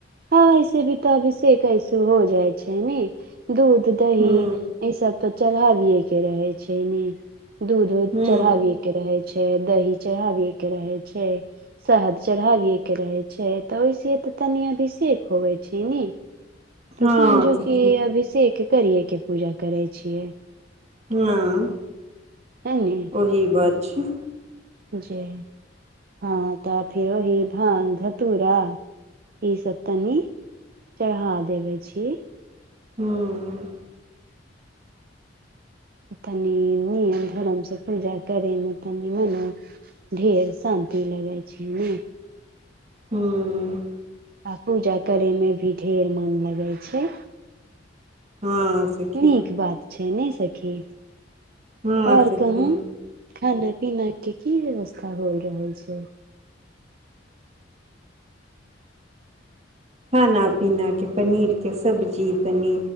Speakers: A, on the right; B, on the right.
A: ह वैसे भी तऽ अभिसेक ऐसे हो जाइ छैय ने दूध दहि
B: हूँ
A: ई सब तऽ चढ़ाबिये के रहय छैय ने दूध उध
B: हूँ
A: चढ़ाबि के रहै छैय दही चढ़ाबिए के रहै छैय। शहद त चढ़ाबेही के रहै छैय तऽ ओहिस तऽ तनि अभिषेक होवे छैय ने। तऽ
B: हँ
A: समझु
B: सखी
A: की अभिषेक करिये के पूजा करै छियै।
B: हँ
A: एलि
B: ओही बात छै
A: जे हँ तऽ फेर ओही भांग धतुरा ई सब तनी चढ़ा देबै छी
B: हूँ हूँ
A: तनि नियम धर्म सँ पूजा करयमे तनि मने ढेर शान्ति लगै छै ने
B: हूँ
A: आ पूजा करेमे भी ढेर मन लगै छै
B: हँ सखी
A: नीक बात छै नै सखी
B: हँ
A: आओर
B: सखी
A: कहू खाना पीना के की व्यवस्था होल रहल छै
B: खाना पीना के पनीर के सब्जी तनी